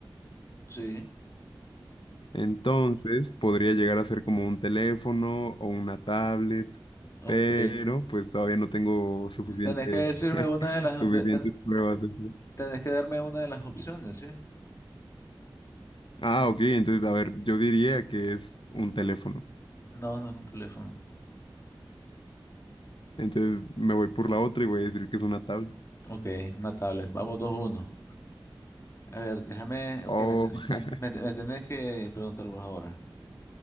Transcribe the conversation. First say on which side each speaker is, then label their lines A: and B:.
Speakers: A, on the left (about 35°); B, on the left (about 70°).
A: Sí,
B: Entonces, podría llegar a ser como un teléfono o una tablet,
A: ok.
B: pero pues todavía no tengo suficientes,
A: Tenés que decirme
B: <laughs>
A: una de las,
B: suficientes
A: de- ten-
B: pruebas. de eso.
A: tenés que darme una de las opciones, ¿sí?
B: Ah, ok, entonces, a ver, yo diría que es un teléfono.
A: No, no es un teléfono.
B: Entonces me voy por la otra y voy a decir que es una tablet.
A: Ok, una tablet. Vamos 2 uno. A ver, déjame. Ok,
B: Oh,
A: me tenés,
B: <laughs>
A: me, me me tenés que preguntar vos ahora.